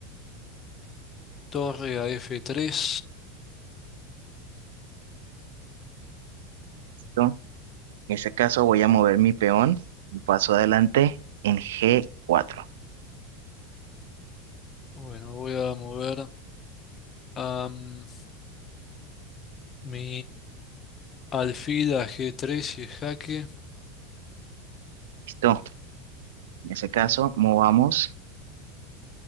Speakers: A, on the left; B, on the right.
A: torre a F3.
B: ¿listo? En ese caso voy a mover mi peón un paso adelante en G4.
A: Bueno, voy a mover a mm, mi alfil a G3 y es jaque.
B: ¿Listo? En ese caso, movamos